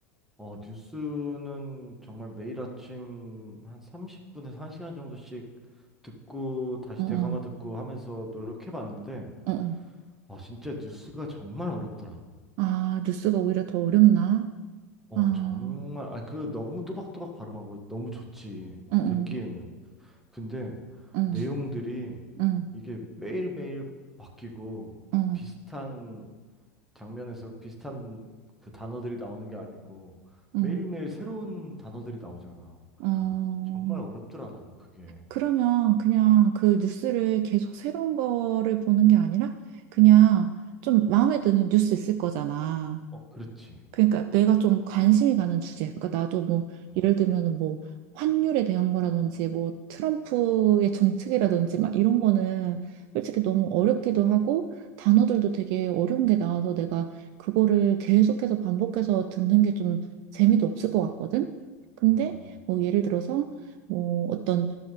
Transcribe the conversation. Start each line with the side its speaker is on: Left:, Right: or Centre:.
Centre: 어, 뉴스는 정말 매일 아침 한 30분에서 1시간 정도씩 듣고 다시
Right: 어, 어,
Centre: 되감아 듣고 하면서 노력해 봤는데
Right: 어, 어.
Centre: 아, 진짜 뉴스가 정말 어렵더라.
Right: 아, 뉴스가 오히려 더 어렵나?
Centre: 어,
Right: 아,
Centre: 정말, 아, 그 너무 또박또박 발음하고 너무 좋지,
Right: 어, 어,
Centre: 듣기에는. 근데
Right: 어,
Centre: 내용들이
Right: 어,
Centre: 이게 매일매일 바뀌고
Right: 어,
Centre: 비슷한 장면에서 비슷한 그 단어들이 나오는 게 아니고
Right: 어,
Centre: 매일매일 새로운 단어들이 나오잖아.
Right: 어.
Centre: 정말 어렵더라, 나는 그게.
Right: 그러면 그냥 그 뉴스를 계속 새로운 거를 보는 게 아니라 그냥 좀 마음에 드는 뉴스 있을 거잖아.
Centre: 어, 그렇지.
Right: 그러니까 내가 좀 관심이 가는 주제. 그러니까 나도 뭐
Centre: 음,
Right: 예를 들면은 뭐 환율에 대한 거라든지 뭐 트럼프의 정책이라든지 막 이런 거는 솔직히 너무 어렵기도 하고 단어들도 되게 어려운 게 나와서 내가 그거를 계속해서 반복해서 듣는 게 좀 재미도 없을 것 같거든. 근데
Centre: 음,
Right: 뭐 예를 들어서 뭐 어떤